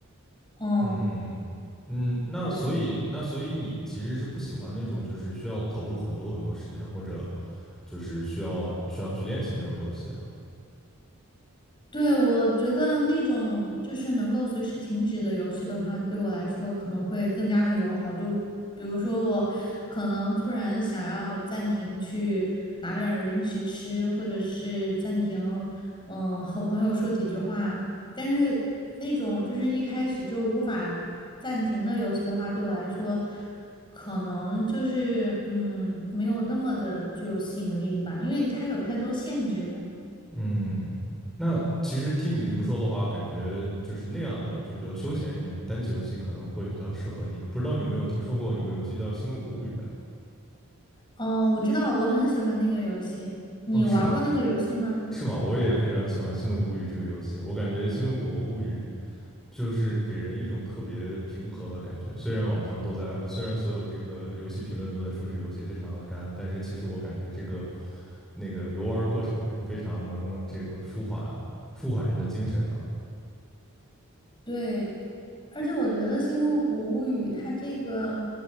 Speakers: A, on the left; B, in the centre.
A: 嗯，
B: 嗯嗯，那所以那所以你其实是不喜欢那种就是需要投入很多很多时间或者
A: 对，
B: 就是需要需要去练习那种游戏。啊？
A: 对，我觉得那种就是能够随时停止的游戏的话，对我来说可能会更加的友好。就比如说我可能突然想要暂停去拿点儿零食吃，或者是暂停，嗯，和朋友说几句话。但是那种就是一开始就无法暂停的游戏的话，对我来说可能就是嗯，没有那么的具有吸引力吧，因为它有太多限制了。
B: 嗯，那其实听你这么说的话，感觉就是那样的，就比较休闲一点的单机游戏可能会比较适合你。不知道你有没有听说过一个游戏叫《星露谷物语》啊？
A: 哦，我知道，我很喜欢那个游戏。你玩过那个游戏吗？
B: 哦，是吗？是吗？我也非常喜欢《星露谷物语》这个游戏，我感觉《星露谷物语》就是给人一种特别平和的感觉。虽然网上都在，呃，虽然所有这个游戏评论都在说这个游戏非常的干，但是其实我感觉这个那个游玩的过程还是非常能这个舒缓舒缓人的精神的。
A: 对，而且我觉得《星露谷物语》它这个